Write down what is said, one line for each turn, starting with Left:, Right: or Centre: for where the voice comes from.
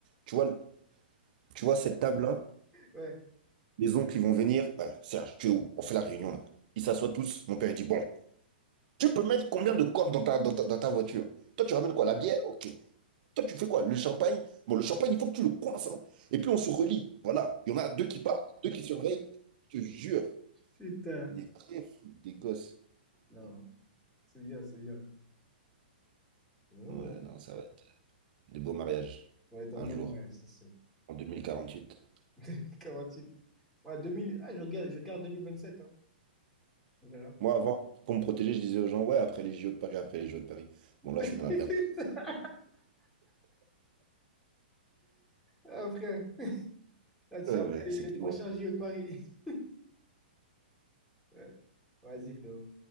Right: Tu vois, tu vois cette table-là?
Centre: Ouais,
Right: Les oncles, ils vont venir. Euh, Serge, tu es où? On fait la réunion, là. Ils s'assoient tous. Mon père, il dit, bon, tu peux mettre combien de coffres dans ta, dans ta, dans ta voiture? Toi, tu ramènes quoi? La bière? Ok. Toi, tu fais quoi? Le champagne? Bon, le champagne, il faut que tu le coinces. hein. Et puis, on se relie. Voilà. Il y en a deux qui partent, deux qui surveillent. Je te jure.
Centre: putain.
Right: Des vrais fous, des gosses.
Centre: Non, c'est bien, c'est bien. Oh,
Right: Ouais, non, ça va être des beaux mariages.
Centre: On dans
Right: Un
Centre: un bon
Right: jour,
Centre: mariage, c'est sûr.
Right: en 2048.
Centre: <laughs> 48. Ouais, deux mille Ah, je regarde, je regarde 2027, hein. On verra.
Right: Moi, avant, pour me protéger, je disais aux gens, ouais, après les JO de Paris, après les JO de Paris. Bon, là,
Centre: <laughs>
Right: je suis dans la merde.
Centre: Ah, frère. Ah, c'est
Right: Ouais,
Centre: après
Right: ouais,
Centre: les,
Right: c'était
Centre: les prochains
Right: loin.
Centre: JO de Paris. <laughs> Ouais. Vas-y, frérot.